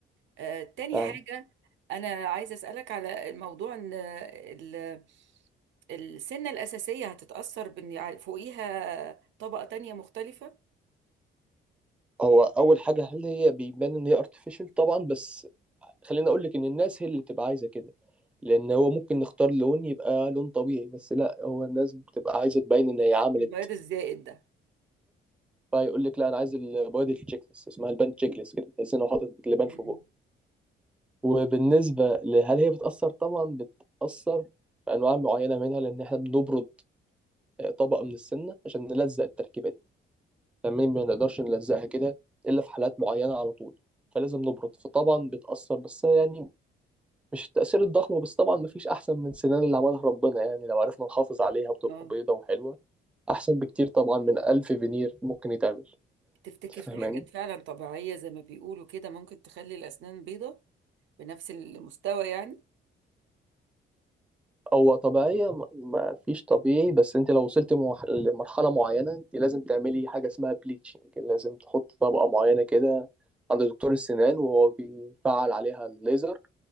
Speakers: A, on the right; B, in the centre.
A: آه، تاني
B: فعلا.
A: حاجة أنا عايزة أسألك على موضوع إن ال- السنة الأساسية هتتأثر بإن يع- فوقيها طبقة تانية مختلفة
B: هو اول حاجه هل هي بيبان ان هي ارتفيشال طبعا بس خليني اقول لك ان الناس هي اللي بتبقى عايزه كده لان هو ممكن نختار لون يبقى لون طبيعي بس لا هو الناس بتبقى عايزه تبين ان هي عملت
A: البياض الزائد ده
B: فيقول لك لا انا عايز البوادي تشيك ليست اسمها البان تشيك ليست كده تحس انه حاطط لبان
A: م-م.
B: في بقه وبالنسبه لهل هي بتاثر طبعا بتاثر في انواع معينه منها لان احنا بنبرد آه، طبقه من السمنه عشان نلزق التركيبه دي تمام ما نقدرش نلزقها كده الا في حالات معينه على طول فلازم نبرد فطبعا بتاثر بس يعني مش التأثير الضخم بس طبعا مفيش أحسن من سنان اللي عملها ربنا يعني لو عرفنا نحافظ عليها بتبقى
A: اه
B: بيضة وحلوة أحسن بكتير طبعا من ألف فينير ممكن يتعمل
A: تفتكر
B: أنت فاهماني؟
A: في حاجات فعلا طبيعية زي ما بيقولوا كده ممكن تخلي الأسنان بيضة بنفس المستوى يعني
B: هو طبيعية م- ما فيش طبيعي بس انت لو وصلت موح- لمرحلة معينة انت لازم تعملي حاجة اسمها بليتشنج لازم تحط طبقة معينة كده عند دكتور السنان وهو بيفعل عليها الليزر